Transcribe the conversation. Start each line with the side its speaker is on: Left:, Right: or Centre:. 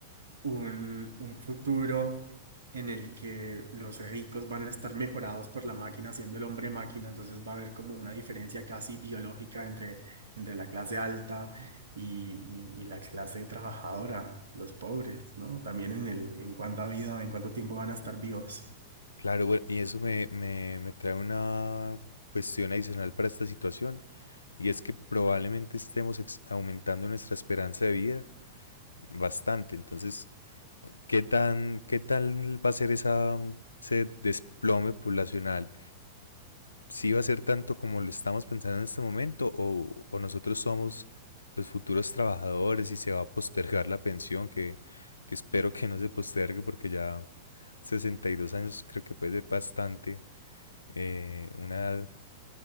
Right: un, un futuro en el que los ricos van a estar mejorados por la máquina, siendo el hombre máquina, entonces va a haber como una diferencia casi biológica entre, entre la clase alta y, y- y la clase trabajadora, los pobres, ¿no? También en el, en cuánta vida, en cuánto tiempo van a estar vivos.
Left: Claro, bueno, y eso me, me, me trae una cuestión adicional para esta situación, y es que probablemente estemos ex- aumentando nuestra esperanza de vida bastante. Entonces, ¿qué tan, qué tal va a ser esa, ese desplome poblacional? ¿Sí va a ser tanto como lo estamos pensando en este momento, o, o nosotros somos los futuros trabajadores y se va a postergar la pensión, que, que espero que no se postergue porque ya 62 años creo que puede ser bastante eh, una edad